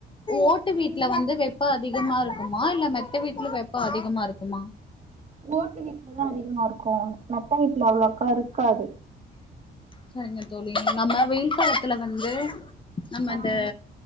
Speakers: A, on the left (about 25°); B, on the right (about 35°).
A: ஓட்டு வீட்ல வந்து வெப்போ அதிகமா இருக்குமா இல்ல மெத்த வீட்ல வெப்போ அதிகமா இருக்குமா
B: ஓட்டு வீட்லதா அதிகமா இருக்கு மத்த வீட்ல அவ்ளோக்கா இருக்காது
A: சரிங்க தோழி நம்ப வெயில் காலத்துல வந்து நம்ப இந்த
B: ஆ